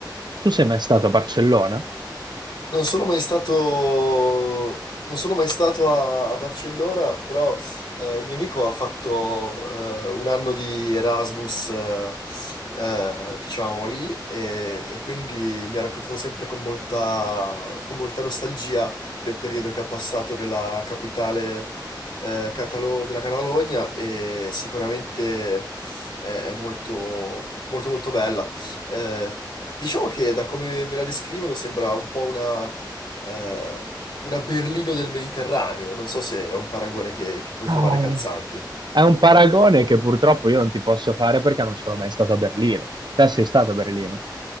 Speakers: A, on the right (about 65°); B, on the left (about 80°).
A: Tu sei mai stato a Barcellona?
B: Non sono mai stato, non sono mai stato a, a Barcellona, però eh, un mio amico ha fatto eh, un anno di Erasmus, eh, eh, diciamo lì, e, e quindi mi ha raccontato sempre con molta, con molta nostalgia del periodo che ha passato nella capitale eh, catalo- della Catalogna e sicuramente è, è molto, molto, molto bella. Eh, diciamo che da come me la descrivono sembra un po' una, eh, una Berlino del Mediterraneo, non so se è un paragone che che puoi
A: Ah,
B: trovare calzante.
A: È un paragone che purtroppo io non ti posso fare perché non sono mai stato a Berlino. Te sei stato a Berlino?